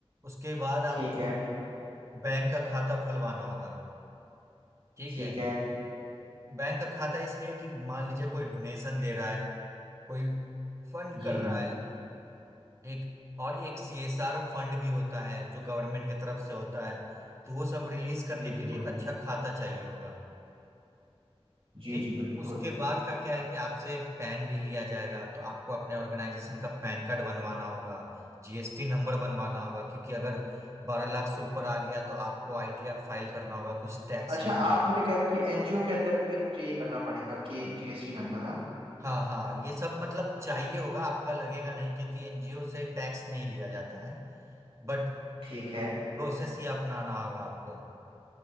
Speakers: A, on the right; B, on the right.
A: उसके बाद
B: ठीक
A: आपको
B: है
A: बैंक का खाता खुलवाना होगा ठीक
B: ठीक
A: है
B: है
A: बैंक का खाता इसलिए कि मान लीजिए कोई डोनेशन दे रहा है कोई फंड
B: जी
A: कर
B: जी
A: रहा है ठीक और एक सीएसआर फंड भी होता है जो गवर्नमेंट की तरफ से होता है तो वो सब रिलीज करने
B: जी बिल्कुल
A: के लिए एक अच्छा खाता चाहिए होगा
B: जी
A: ठीक
B: जी बिल्कुल
A: उसके बाद का क्या है कि आपसे पैन भी लिया जाएगा तो आपको अपने ऑर्गेनाइजेशन का पैन कार्ड बनवाना होगा जीएसटी नंबर बनवाना होगा क्योंकि अगर बारह लाख से ऊपर आ गया तो आपको आईटीआर फाइल करना होगा कुछ टैक्स
B: अच्छा
A: भी
B: आप मुझे कह रहे हो कि एनजीओ के अंदर भी मुझे ये करना पड़ेगा कि जीएसटी नंबर हाँ
A: हाँ हाँ ये सब मतलब चाहिए होगा आपका लगेगा नहीं क्योंकि एनजीओ से टैक्स नहीं लिया जाता है बट
B: ठीक है
A: प्रोसेस ही अपनाना होगा आपको